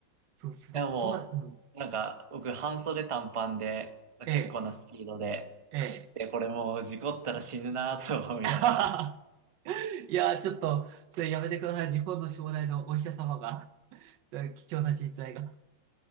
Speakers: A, on the right (about 75°); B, on the right (about 30°).
A: そう、その怖い、
B: いやもう、
A: うん。
B: なんか、僕半袖短パンで、
A: え
B: 結構なスピードで走って、
A: え、ええ。
B: これもう事故ったら死ぬなぁと思いながら。
A: <laughs> いやー、ちょっと、それやめてください。日本の将来のお医者様が。で貴重な人材が。